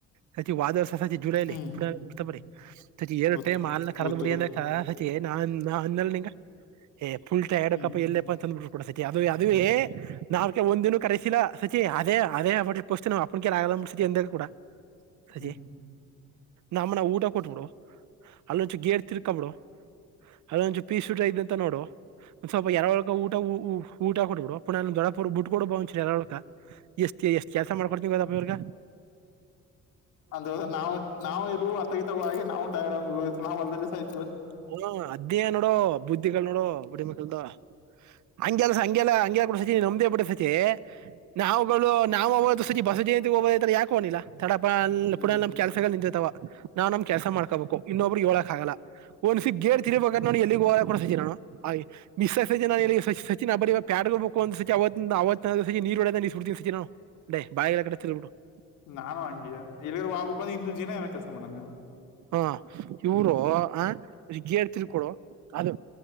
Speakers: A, on the right (about 70°); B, on the left (about 85°).
A: ಹ ವಾದಳ <unintelligible> ಸಸಚಿ ಜುಲೈ
B: ಹ್ಮ್
A: ಪು ಉರ್ತ ಬರ <unintelligible> ಹ ಏ
B: ಗೊತ್ತು
A: ರೊಟ್ಟೆ ಮಾಲ್ ನಖರಚ
B: ಗೊತ್ತು
A: ಬುಡಿಯೆ
B: ಗೊತ್ತು
A: <unintelligible> ಕೆ ನಾನ್ ನಾ ಅಂದೇಲ್ ನಿಂಗ ಏಫುಲ್ಟಾ ಎಡಕ್ಕಪ್ಪ
B: ಹ್ಮ್
A: ಎಲ್ಲಪ್ಪ ಅಂತ ಅಂದ್ಬಿಟ್ಟು ಕೂಡ ಸಚಿ ಅದು ಅದು ಏ ನಾವ್ಕ ಒಂದಿನ ಕರೆಸಿಲ್ಲ ಸಚಿ ಅದೇ ಅದೇ ಅವಬಟ್ಟ ಪಸ್ತವು ಅ <unintelligible> ಆಲಲ ಮುಸ ಎಂದೆ ಕೂಡ ಸಚಿ
B: ಹ್ಮ
A: ನಮ್ಮನ ಊಟ ಕೊಟ್ಬಿಡು ಅಲ್ಲೊಂಚು ಗೇರ್ ತಿರ್ ಹಕೊ ಬಿಡು ಅದೊಂದುಚು ಪೀಸ್ಟ ಇದ ಅಂತ ನೋಡು ಒಂದ್ ಸ್ವಲ್ಪ ಎರ ಒಳಕ ಊಟ ಊಟ ಕೊಟ್ಬಿಡು ಪುಣ ದೊಡಪ ಬ ಬಿಡ್ ಕೊಡು ಬಂಚ ಎರಡುಳಕ ಎಷ್ಟ ಎಷ್ಟ ಕೆಲ್ಸ ಮಾಡ್ಕೊಡ್ತ ಗದಪ್ಪ ಇರ್ಗ
B: ಅಂದ್ರ ನಾವು ನಾವು ಎಲ್ಲೂ ಅತತವಾಗಿ ನಾವು ಟೈಯಡ್ <inaudible> ನಾವ ಹೊಲದಲ್ಲಿ ಸಯ್
A: ಹ ಅದ್ದೇ ನೋಡು ಬುದ್ಧಿಗಳು ನೋಡು ಬಡಿಮಕ್ಳದ ಹಂಗೆಲ್ಲ ಹಂಗೆಲ್ಲ ಹಂಗೆಲ್ಲ ಕೂಡ ಸಚಿ <unintelligible> ನಮದೇ ಬಿಟ್ಟ ಸಚಿ ನಾವುಗಳು ನಾವವು ಅವ ಸಚಿ ಬಸವಜೇನ್ ಯಾಕ ಒಗಳಿಲ್ಲ ತಡಪ್ಪ ಅ
B: ಹ್ಮ್
A: ಪುನ ನಮ್ ಕೆಲಸಗಳು ನಿಂತತವ ನಾವ್ ನಮ ಕೆಲ್ಸ ಮಾಡ್ಕೋಬೇಕು ಇನ್ನೊಬ್ಬ್ರಿಗೆ ಎಳಕ್ ಆಗಲ್ಲ ಒಂದ್ ಸಿಚಿ ಗೇರ್ ತಿರ್ಬೇಕ ನು ಎಲ್ಲಿಗೆ ಹೋಗ ಕಡ ಸಚಿ ನು ಮಿಸ್ ಸಜಿ ನ ಸಚಿ ಪ್ಯಾಟೆಗಹೋಗ್ಬೇಕು ಸಸಚಿ ಅವತಿಂದ ನೀರ್ಹೊಡಡ್ತ ಸಚ ನು ಬಾಳಡು <unintelligible>
B: ನಾನು ಹಂಗಿಯ ಇಲ್ಲಿ ಬಾಬಕ ಯಿಂದಜೀನ ಏನ ಕೆಲ್ಸ ಮಾಡನ
A: ಹಾ ಇವರು ಆ ಗೇರ್ ತಿರ್ ಕೊಡು ಅದು